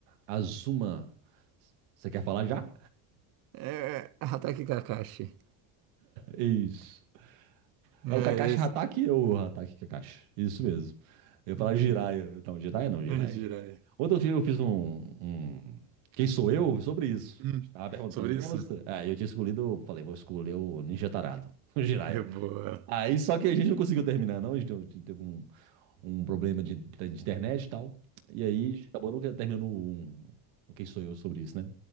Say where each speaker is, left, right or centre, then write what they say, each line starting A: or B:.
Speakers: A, on the right; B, on the right.
A: A, Azuma. Você quer falar já?
B: É, Hatake Kakashi.
A: <laughs> Isso.
B: É,
A: É o Kakashi
B: isso.
A: Hatake ou o Hatake Kakashi? Isso mesmo. Eu ia falar
B: Uhum.
A: Jiraiya. Não, Jiraiya não, Jiraiya,
B: É, Jiraiya.
A: Jiraiya. Ontem eu fi- eu fiz um, um Quem sou eu? Sobre isso.
B: Hum,
A: Estava perguntando,
B: Sobre
A: quem
B: isso?
A: é você? Ah, eu tinha escolhido, eu falei, vou escolher o Ninja Tarado, <laughs> o Jiraiya.
B: É boa.
A: Aí só que a gente não conseguiu terminar, não. A gente teve teve um, um problema de, de internet e tal. E aí acabou nunca terminando um, um Quem sou eu sobre isso, né?